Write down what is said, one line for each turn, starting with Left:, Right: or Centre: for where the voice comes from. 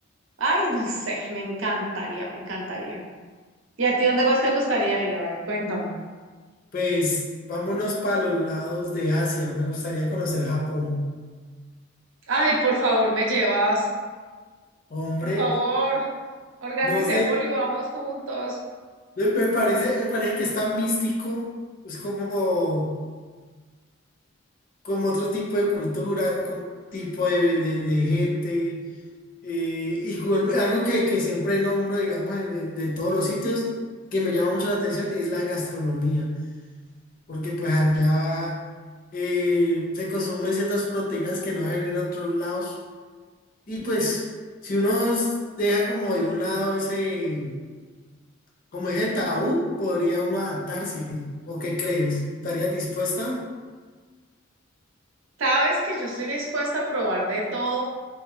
Right: ay, no sé, me encantaría, me encantaría. ¿Y a ti dónde más te gustaría ir? A ver, cuéntame.
Left: Pues vámonos para los lados de Asia, me gustaría conocer Japón.
Right: Ay, por favor, me llevas,
Left: Hombre,
Right: por favor, organicémoslo
Left: no sé,
Right: y vamos juntos.
Left: me, me parece, me parece que está místico, es como, como otro tipo de cultura, como otro tipo de, de- de gente. eh, y vuelve- algo que, que siempre nombro, digamos, en- en- de todos los sitios, que me llama mucho la atención, es la gastronomía. porque pues allá eh, se consumen ciertas proteínas que no hay en otros lados. Y pues, si uno s- deja como de un lado ese, como ese tabú, podría uno adaptarse. ¿O qué crees? ¿Estarías dispuesta?
Right: Sabes que yo estoy dispuesta a probar de todo,